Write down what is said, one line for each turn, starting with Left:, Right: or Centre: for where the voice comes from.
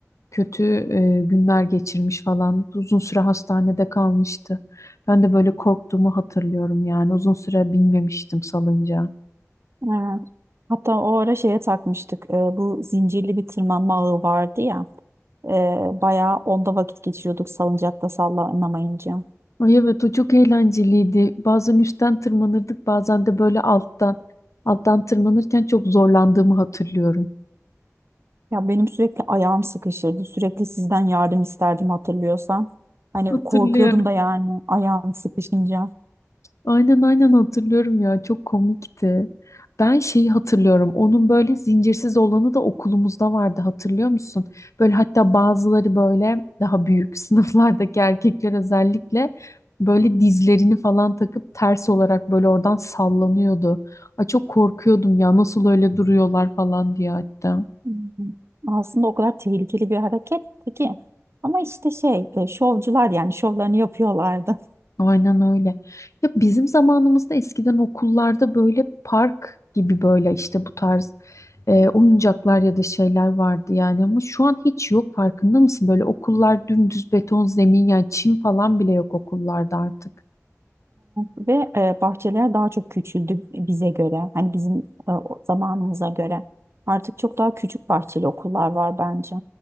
Left: kötü e, günler geçirmiş falan. Uzun süre hastanede kalmıştı. Ben de böyle korktuğumu hatırlıyorum yani. Uzun süre binmemiştim salıncağa.
Right: Evet. Hatta o ara şeye takmıştık. e, bu zincirli bir tırmanma ağı vardı ya. Ee, bayağı onda vakit geçiriyorduk salıncakta sallanamayınca.
Left: Ay evet o çok eğlenceliydi. Bazen üstten tırmanırdık bazen de böyle alttan. Alttan tırmanırken çok zorlandığımı hatırlıyorum.
Right: Ya benim sürekli ayağım sıkışırdı. Sürekli sizden yardım isterdim hatırlıyorsan. Hani
Left: Hatırlıyorum.
Right: korkuyordum da yani ayağım sıkışınca.
Left: Aynen aynen hatırlıyorum ya çok komikti. Ben şeyi hatırlıyorum. Onun böyle zincirsiz olanı da okulumuzda vardı hatırlıyor musun? Böyle hatta bazıları böyle daha büyük <laughs> sınıflardaki erkekler özellikle böyle dizlerini falan takıp ters olarak böyle oradan sallanıyordu. Ay çok korkuyordum ya nasıl öyle duruyorlar falan diye hatta.
Right: Hı hı. Aslında o kadar tehlikeli bir hareketti ki. Ama işte şey e, şovcular yani şovlarını yapıyorlardı.
Left: Aynen öyle. Ya bizim zamanımızda eskiden okullarda böyle park gibi böyle işte bu tarz e, oyuncaklar ya da şeyler vardı yani ama şu an hiç yok farkında mısın? Böyle okullar dümdüz beton zemin yani çim falan bile yok okullarda artık.
Right: Ve e, bahçeler daha çok küçüldü bize göre. Hani bizim e, o zamanımıza göre. Artık çok daha küçük bahçeli okullar var bence.